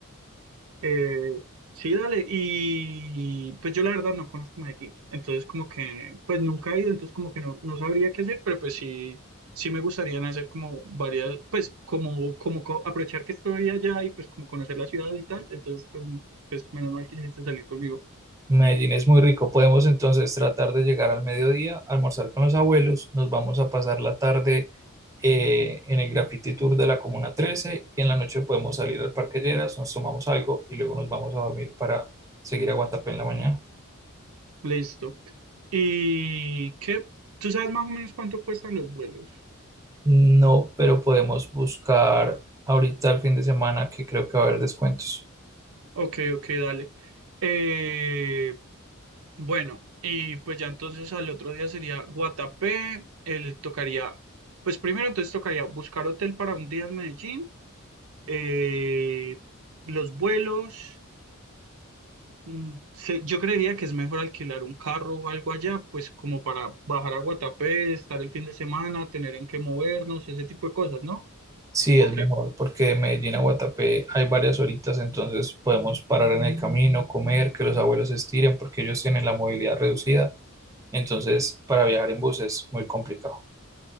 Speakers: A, on the right; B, on the right.
A: Eh, sí, dale. Y pues yo la verdad no conozco Medellín. Entonces como que, pues nunca he ido, entonces como que no, no sabría qué hacer, pero pues sí, sí me gustaría hacer como varias, pues como, como co- aprovechar que estoy allá y pues como conocer la ciudad y tal. Entonces pues, pues menos mal que quisiste salir conmigo.
B: Medellín es muy rico. Podemos entonces tratar de llegar al mediodía, almorzar con los abuelos. Nos vamos a pasar la tarde eh, en el Graffiti Tour de la Comuna trece y en la noche podemos salir al Parque Lleras, nos tomamos algo y luego nos vamos a dormir para seguir a Guatapé en la mañana.
A: Listo. ¿Y qué? ¿Tú sabes más o menos cuánto cuestan los vuelos?
B: No, pero podemos buscar ahorita el fin de semana que creo que va a haber descuentos.
A: Ok, ok, dale. Eh, Bueno, y pues ya entonces al otro día sería Guatapé, él tocaría, pues primero entonces tocaría buscar hotel para un día en Medellín, eh, los vuelos, mm, se- yo creería que es mejor alquilar un carro o algo allá, pues como para bajar a Guatapé, estar el fin de semana, tener en qué movernos, ese tipo de cosas, ¿no?
B: Sí,
A: Ok.
B: es mejor porque de Medellín a Guatapé hay varias horitas, entonces podemos parar en el camino, comer, que los abuelos se estiren porque ellos tienen la movilidad reducida Entonces, para viajar en bus es muy complicado.